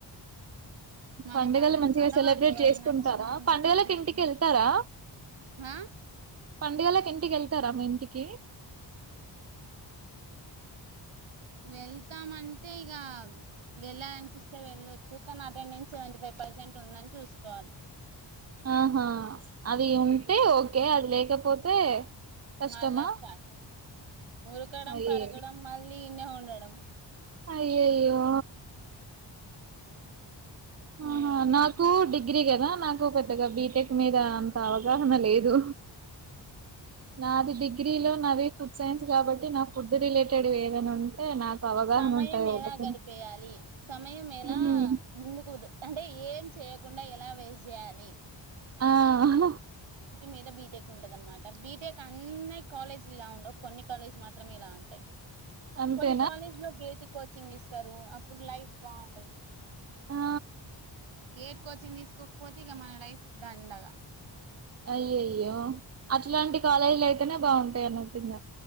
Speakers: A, on the right; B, on the right.
A: మనకు
B: పండుగలు
A: అదాన్
B: మంచిగా
A: అలవాటు
B: సెలబ్రేట్
A: అది
B: చేసుకుంటారా
A: నచ్చిన నచ్చకున్నా
B: పండుగలకి ఇంటికి వెళ్తారా
A: హా
B: పండుగలకు ఇంటికి ఎళ్తారా మీ ఇంటికి
A: వెళ్తాం అంటే ఇగ వెళ్ళాలనిపిస్తే వెళ్ళొచ్చు కానీ అటెండెన్స్ సెవెన్టీ ఫైవ్ పర్సెంట్ ఉందని చూసుకోవాలి
B: ఆహా అది ఉంటే ఓకే అది లేకపోతే కష్టమా
A: మళ్ళా స్టార్టు ములకడం
B: అయ్యే
A: పరగడం మళ్ళీ ఈన్నే ఉండడం
B: అయ్యోయ్యొ
A: మ్మ్
B: ఆహ నాకు డిగ్ గ్రీ కదా నాకు పెద్దగా బీటెక్ మీద అంత అవగాహన లేదు నాది డిగ్రీ లో నాది ఫుడ్ సైన్స్ గాబట్టి నా ఫుడ్ రిలేటెడ్ ఏదైనా ఉంటే నాకు అవగాహన
A: సమయం
B: ఉంటాయి వాటితోని
A: ఎలా గడిపేయాలి సమయం ఎలా
B: ఉమ్
A: ముందుకు దు అంటే ఏం చేయ్యకుండా ఎలా వేస్ జేయాలి
B: ఆ ఆహ
A: మీద బీటెక్ ఉంటది అనమాట బీటెక్ అన్నీ కాలేజ్ లో ఉండవు కొన్ని కాలేజీలు మాత్రమే ఇలా ఉంటాయి
B: అంతే
A: కొన్ని కాలేజ్ లో గేట్ కోచింగ్ ఇస్తారు అప్పుడు లైఫ్ బాగుంటది
B: ఆ
A: గేట్ కోచింగ్ తీసుకోకపోతే ఇక మన లైఫ్ దండగా
B: అయ్యయ్యో అట్లాంటి కాలేజీలు అయితేనే బాగుంటాయి అన్నట్టు ఇంగ